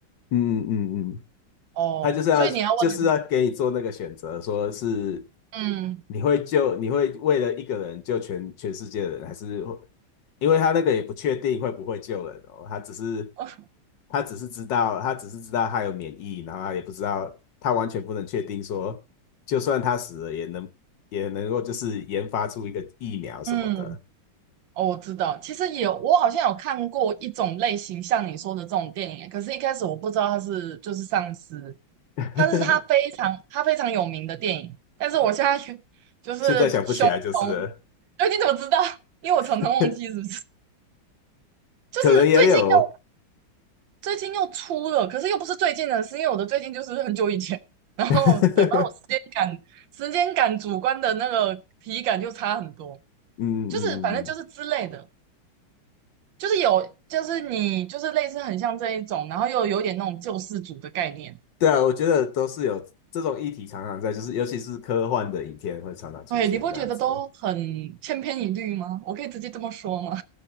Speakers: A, on the left; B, on the right.
A: 嗯嗯嗯，
B: 哦，
A: 他就是要就是要给你做那个选择，
B: 所以你要问的，
A: 说是
B: 嗯
A: 你会救，你会为了一个人救全全世界的人，还是会因为他那个也不确定会不会救人哦，他只是
B: 哦
A: 他只是知道他只是知道他有免疫，然后他也不知道他完全不能确定说，就算他死了也能也能够就是研发出一个疫苗什么的，
B: 嗯，哦，我知道，其实有，我好像有看过一种类型，像你说的这种电影，可是一开始我不知道他是就是丧尸，
A: <laughs>
B: 它是它非常它非常有名的电影，但是我现在 <laughs> 去就是熊熊，
A: 现在想不起来就是了
B: 哎，你怎么知道？因为我常常忘记，
A: <laughs>
B: 是不是？就是最近又
A: 可能也有。
B: 最近又出了，可是又不是最近的是因为我的最近就是很久以前，<laughs> 然后对，
A: <laughs>
B: 把我时间感时间感主观的那个体感就差很多，
A: 嗯嗯嗯，
B: 就是反正就是之类的，就是有就是你就是类似很像这一种，然后又有点那种救世主的概念。
A: 对啊，我觉得都是有这种议题常常在，就是尤其是科幻的影片会常常出现这样子，
B: 对，你不觉得都很千篇一律吗？我可以直接这么说吗？